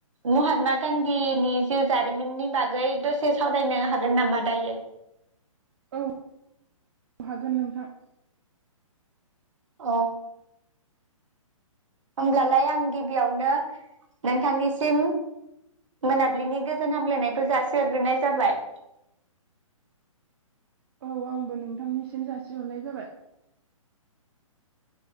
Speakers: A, on the right; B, on the right.
A: महात्मा गान्धीनि जिउ जारिमिननि बागै दसे सावरायनो हागोन नामा दायो।
B: औ हागोन नोंथां।
A: अ। होमब्लालाय आं गिबियावनो नोंथांनिसिम मोनाबिलिनि गोजोन हामलायनायखौ जासिहरग्रोनाय जाबाय।
B: औ आंबो नोंथांनिसिम जासिहरनाय जाबाय।